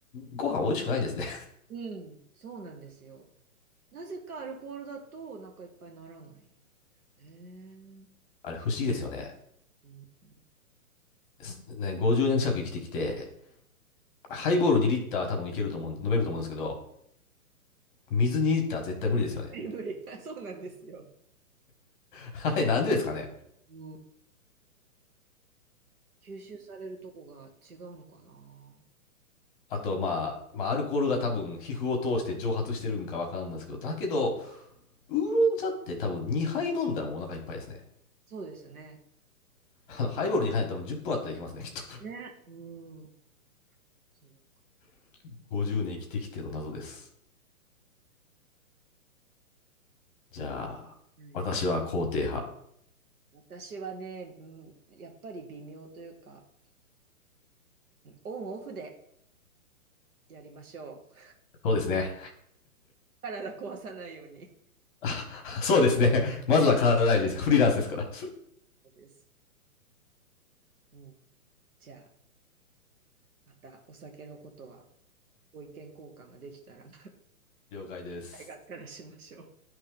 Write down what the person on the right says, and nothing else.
うんそうなんですよ。なぜかアルコールだとお腹いっぱいにならないんだよね。
うん、<laughs>
無理無理。<laughs> そうなんですよ。
うん、吸収されるとこが違うのかな。
そうですね。
うん
ね、うん、そうか。
はい。
私はね、うん、やっぱり微妙というか、うんオンオフでやりましょう。
<laughs> 体壊さないように。
はい
そうです。うん、じゃあ。またお酒のことはご意見交換ができたら <laughs>
ありがったらしましょ